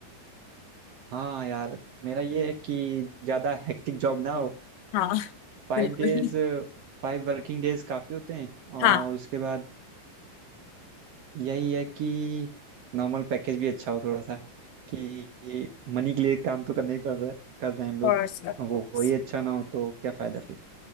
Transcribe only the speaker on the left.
हाँ
<laughs> बिल्कुल
हाँ
Course of
course